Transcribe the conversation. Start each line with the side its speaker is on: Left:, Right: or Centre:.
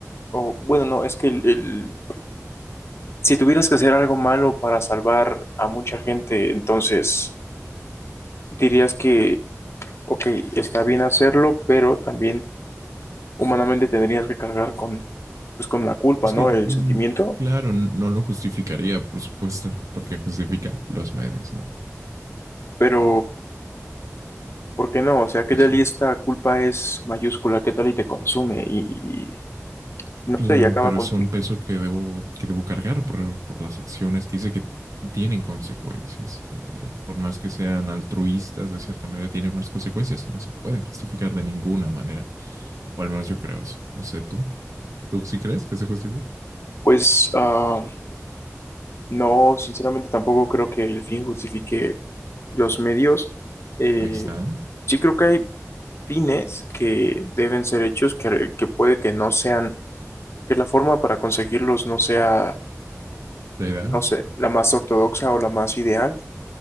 Left: o bueno, no, es que el, el- Si tuvieras que hacer algo malo para salvar a mucha gente, entonces dirías que, ok, está bien hacerlo, pero también humanamente tendrías que cargar con, pues, con la culpa,
Right: Es
Left: ¿no?
Right: que,
Left: El
Right: mm,
Left: sentimiento.
Right: claro, no lo justificaría, por supuesto, porque justifica los medios, ¿no?
Left: Pero, ¿por qué no? O sea, ¿qué
Right: Sí,
Left: tal
Right: sí.
Left: y esta culpa es mayúscula? ¿Qué tal y te consume? Y, y no
Right: Claro,
Left: sé, y acaba
Right: pero
Left: contigo.
Right: son pesos que debo, que debo cargar por, por las acciones que hice que tienen consecuencias, ¿ok? Por más que sean altruistas, de cierta manera tienen unas consecuencias y no se pueden justificar de ninguna manera. O al menos yo creo eso. No sé tú. ¿Tú sí crees que se justifica?
Left: Pues, ah, no, sinceramente tampoco creo que el fin justifique los medios. Eh,
Right: Ahí está,
Left: sí creo que hay fines que deben ser hechos, que, que puede que no sean, que la forma para conseguirlos no sea,
Right: la ideal.
Left: no sé, la más ortodoxa o la más ideal,